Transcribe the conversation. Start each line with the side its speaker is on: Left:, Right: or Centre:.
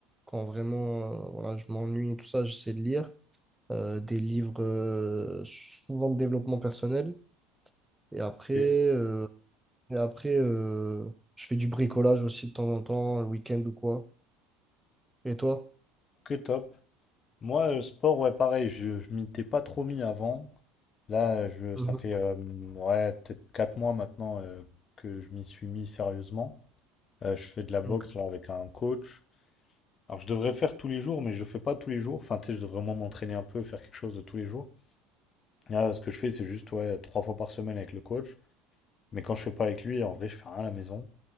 Centre: Quand vraiment euh, voilà, je m'ennuie et tout ça, j'essaie de lire euh, des livres euh, souvent de développement personnel. Et après,
Left: Ok,
Centre: euh, et après euh, je fais du bricolage aussi de temps en temps, le week-end ou quoi. Et toi?
Left: Ok, top. Moi, le sport, ouais, pareil, je, je m'y étais pas trop mis avant. Là, je,
Centre: Mhm.
Left: ça fait euh, ouais, peut-être 4 mois maintenant euh, que je m'y suis mis sérieusement. Euh, je fais de la boxe
Centre: Ok.
Left: là, avec un coach. Alors, je devrais faire tous les jours, mais je fais pas tous les jours. Enfin, tu sais, je devrais vraiment m'entraîner un peu, faire quelque chose de tous les jours. Ah, ce que je fais, c'est juste ouais, trois fois par semaine avec le coach. Mais quand je fais pas avec lui, en vrai, je fais rien à la maison.